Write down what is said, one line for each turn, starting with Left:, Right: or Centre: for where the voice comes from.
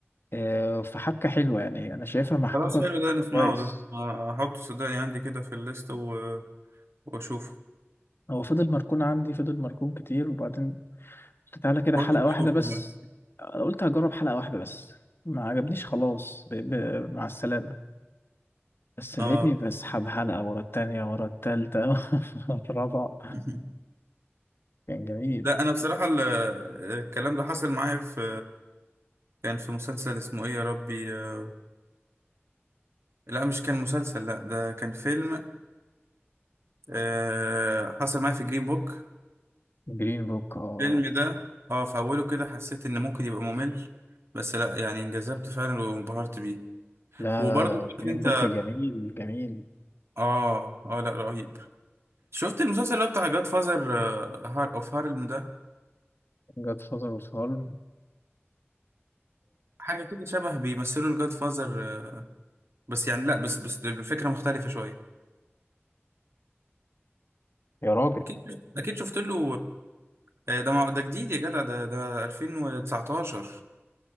Left: آه، فحبكة حلوة يعني انا شايفها محبوكة
Right: خلاص حلو ده نسمعه
Left: كويس
Right: ده آه، احطه صدقني عندي كده في الليست و... واشوفه
Left: هو فضل مركون عندي فضل مركون كتير وبعدين قلت تعالى كده
Right: قلت
Left: حلقة
Right: تشوفه
Left: واحدة بس
Right: بقى
Left: أنا قلت هجرب حلقة واحدة بس ما عجبنيش خلاص ب... ب... مع السلامة بس
Right: اه
Left: لقيتني بسحب حلقة ورا التانية ورا التالتة <laughs> ورا الرابعة
Right: <laughs>
Left: كان جميل
Right: لا انا بصراحة ال- الكلام ده حصل معايا في كان في مسلسل اسمه ايه يا ربي آه، لا مش كان مسلسل لا ده كان فيلم آه، حصل معايا في جرين بوك
Left: جرين بوك اه
Right: الفيلم ده اه في اوله كده حسيت ان ممكن يبقى ممل بس لا يعني انجذبت فعلا وانبهرت بيه
Left: لا
Right: وبرضه
Left: لا لا
Right: عارف
Left: جرين
Right: انت
Left: بوك جميل جميل
Right: اه اه لا رهيب شفت المسلسل اللي هو بتاع جاد فازر هار اوف هارلم ده
Left: جاد فازر اوف هارم
Right: حاجه كده شبه بيمثلوا الجاد فازر بس يعني لا بس بس الفكره مختلفه شويه
Left: يا راجل
Right: اكيد اكيد شفت له آه، ده ما- ده جديد يا جدع ده ده 2019